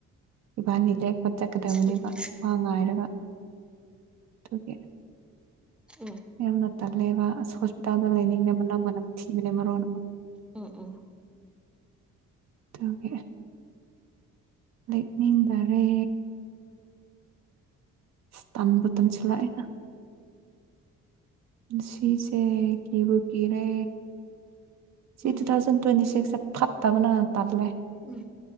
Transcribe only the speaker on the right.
ꯏꯕꯥꯅꯤ ꯂꯦꯛꯄ ꯆꯠꯀꯗꯕꯅꯦꯕ
ꯋꯥ ꯉꯥꯏꯔꯒ ꯑꯗꯨꯀꯦ
ꯌꯥꯝꯨꯝꯅ ꯇꯜꯂꯦꯕ ꯑꯁ ꯍꯣꯁꯄꯤꯇꯥꯜꯗ ꯂꯩꯅꯤꯡꯅꯕ ꯅꯪꯅꯝ ꯊꯤꯕꯅꯦ ꯃꯔꯣꯟ ꯑꯃ
ꯑꯗꯨ ꯂꯅꯤꯡꯗꯔꯦ ꯏꯁꯇꯥꯟꯕꯣꯇꯣꯟ ꯆꯂꯥꯏꯅ ꯁꯤꯁꯦ ꯀꯤꯕꯨꯨ ꯀꯔꯦ ꯁꯤ
ꯇꯨ ꯊꯥꯎꯖꯟ ꯇ꯭ꯋꯦꯟꯇꯤ ꯁꯤꯛꯁꯁꯦ ꯐꯠꯇꯕꯅ ꯇꯜꯂꯦ